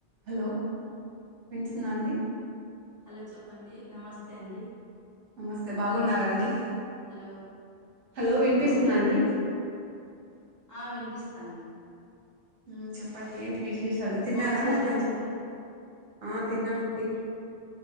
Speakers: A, on the right; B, on the left.
A: Hello వినిపిస్తుందా అండి
B: hello చెప్పండి నమస్తే అండి
A: నమస్తే బాగున్నారా అండి
B: హలో
A: హలో
B: ఆ
A: వినిపిస్తుందా
B: బాగున్నామండి
A: అండి
B: ఆ వినిపిస్తాంది
A: ఉం చెప్పండి ఏంటి విశేషాలు తిన్నారా
B: భోన్ చేసినారండి
A: మధ్యాహ్నం ఆ తిన్నామండి